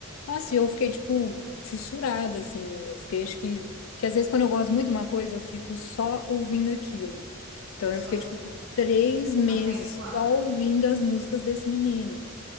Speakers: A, on the left (about 70°); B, on the right (about 80°).
A: Nossa, e eu fiquei, tipo, fissurada, assim. Eu fiquei, acho que. Que às vezes quando eu gosto muito de uma coisa, eu fico só ouvindo aquilo. Então
B: eu
A: eu
B: sou
A: fiquei,
B: assim
A: tipo,
B: também.
A: três meses
B: Até enjoar.
A: só ouvindo as músicas desse menino.